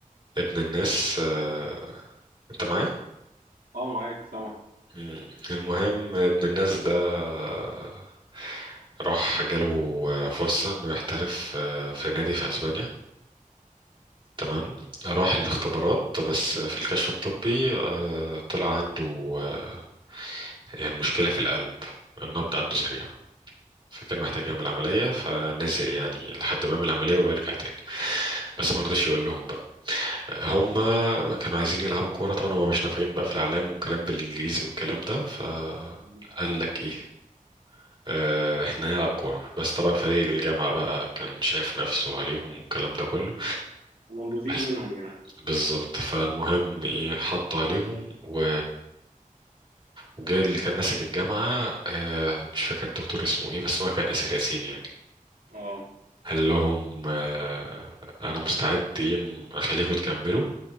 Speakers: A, on the right; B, on the right.
A: ابن الناس آه، انت معايا؟
B: اه معاك سامع
A: مم. المهم ابن الناس ده آه، راح جاله آه، فرصة انه يحترف آه، في نادي في اسبانيا تمام راح الاختبارات
B: تمام.
A: بس في الكشف الطبي آه، طلع عنده آه، يعني مشكلة في القلب النبض عنده سريع فكان محتاج يعمل عملية فنزل يعني لحد ما يعمل العملية ويرجع تاني بس ما رضيش يقول لهم بقى هم كانوا عايزين يلعبوا كورة طبعا هم مش نافعين بقى في الإعلام والكلام بالإنجليزي والكلام ده فقال
B: مم.
A: لك إيه آه، احنا هنلعب كورة بس طبعا فريق الجامعة بقى كان شايف نفسه عليهم والكلام ده كله
B: منبوذين
A: بس
B: منهم يعني
A: بالظبط فالمهم ايه حطوا عليهم و وجاي اللي كان ماسك الجامعة آه، مش فاكر الدكتور اسمه ايه بس هو كان آسر ياسين يعني
B: اه
A: قال لهم آه، انا مستعد يم اخليكم تكملوا